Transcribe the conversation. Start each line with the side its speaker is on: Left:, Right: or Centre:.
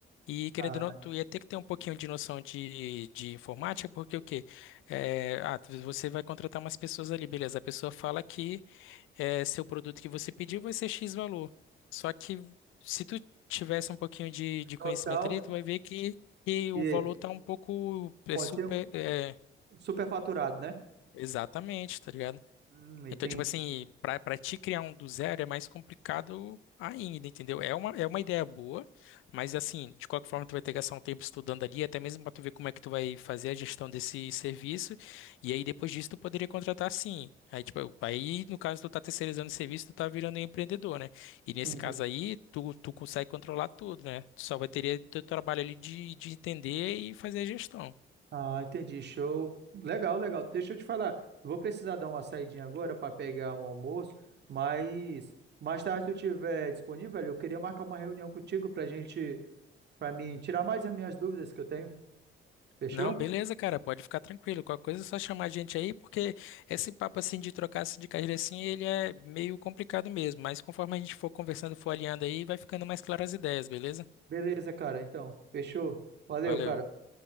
Left: E querendo
Right: Ah,
Left: ou não, tu ia ter que ter um pouquinho de noção de, de informática, porque o quê? É, ah, tu- você vai contratar umas pessoas ali, beleza. A pessoa fala que é, seu produto que você pediu vai ser X valor. Só que se tu tivesse um pouquinho de, de
Right: noção
Left: conhecimento ali,
Right: de
Left: tu vai ver que, que
Right: que
Left: o valor tá um pouco é
Right: pode
Left: super.
Right: ser um
Left: é,
Right: superfaturado, né?
Left: exatamente, tá ligado?
Right: Hum, entendi.
Left: Então, tipo assim, pra, pra te criar um do zero é mais complicado ainda, entendeu? É uma, é uma ideia boa, mas assim, de qualquer forma, tu vai ter que gastar um tempo estudando ali, até mesmo pra tu ver como é que tu vai fazer a gestão desse serviço. E aí, depois disso, tu poderia contratar sim. Aí, tipo, aí, no caso, tu tá terceirizando o serviço, tu tá virando um empreendedor, né? E nesse
Right: Uhum.
Left: caso aí, tu, tu consegue controlar tudo, né? Tu só vai ter teu trabalho ali de, de entender e fazer a gestão.
Right: Ah, entendi, show. Legal, legal. Deixa eu te falar, eu vou precisar dar uma saidinha agora para pegar um almoço, mas mais tarde, se eu tiver disponível, eu queria marcar uma reunião contigo para gente, para mim tirar mais as minhas dúvidas que eu tenho. Fechou?
Left: Não, beleza,
Right: Não,
Left: cara, pode ficar tranquilo. Qualquer coisa é só chamar a gente aí, porque esse papo assim de trocar assim, de carreira assim, ele é meio complicado mesmo, mas conforme a gente for conversando, for alinhando aí, vai ficando mais claras as ideias, beleza?
Right: Beleza, cara. Então, fechou. Valeu,
Left: Valeu.
Right: cara.